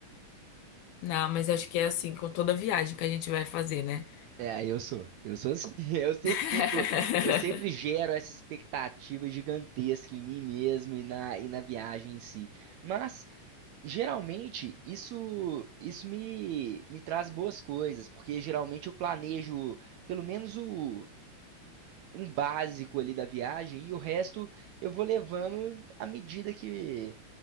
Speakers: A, on the left (about 75°); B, on the right (about 75°).
A: Não, mas acho que é assim com toda viagem que a gente vai fazer, né?
B: É, eu sou. Eu sou assim. <laughs> Eu sempre
A: <laughs>
B: fico, eu sempre gero essa expectativa gigantesca em mim mesmo e na, e na viagem em si. Mas Geralmente, isso isso me, me traz boas coisas, porque geralmente eu planejo pelo menos o, um básico ali da viagem e o resto eu vou levando à medida que,